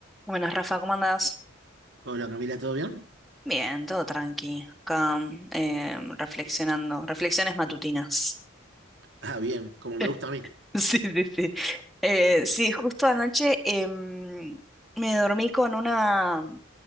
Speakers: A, in the centre; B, on the right.
A: Buenas, Rafa, ¿cómo andás?
B: Hola Camila, ¿todo bien?
A: Bien, todo tranqui. Acá eh, reflexionando, reflexiones matutinas.
B: Ah, bien, como
A: <laughs>
B: me gusta a mí.
A: Sí, sí, sí. Eh, sí, justo anoche em, me dormí con una...